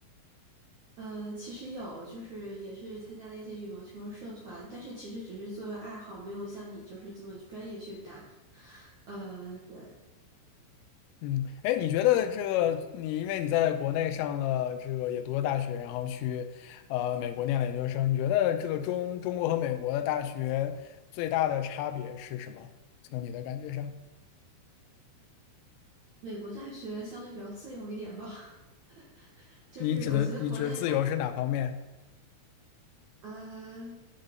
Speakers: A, on the right; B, on the left.
A: 呃，其实有，就是也是参加了一些羽毛球社团，但是其实只是作为爱好，没有像你就是这么专业去打。呃，对，
B: 嗯，哎，你觉得这个你因为你在国内上了这个也读了大学，然后去呃美国念了研究生，你觉得这个中中国和美国的大学最大的差别是什么？从你的感觉上，
A: 美国大学相对比较自由一点吧，<laughs> 就是我觉得国内大
B: 你指的你指的自由是哪方面？
A: 呃，